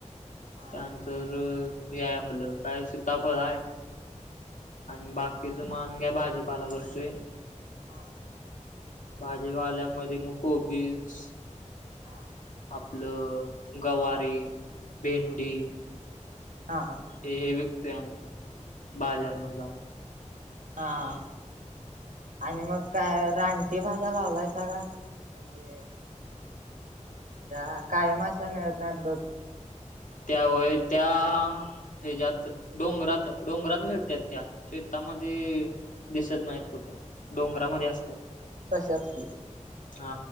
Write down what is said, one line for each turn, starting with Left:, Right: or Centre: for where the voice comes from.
Right: हा
Left: त्यानंतर हे हाय आपलं, काय सीताफळ हाय. आणि
Right: हा
Left: बाकीच म, आम्ही काय भाजीपाला करतोय.
Right: हा.
Left: भाजीवाल्यामध्ये मग कोबीस.
Right: हा.
Left: आपलं गवारी, भेंडी.
Right: हा. हा, हां.
Left: हे, हे विकतोय आम्ही, बाजार मध्ये जाऊन.
Right: हां. आणि मग काय रानटी भाज्या लावलायसा का? म्हणजे त्या कायम अशा मिळत नाहीत बघ.
Left: त्या होय त्या, हच्या्त डोंगरात, डोंगरात मिळत्यात त्या. शेतामध्ये
Right: हा
Left: दिसत नाहीत कुठ, डोंगरामध्ये
Right: हा
Left: असत्यात.
Right: तशाच की
Left: हा,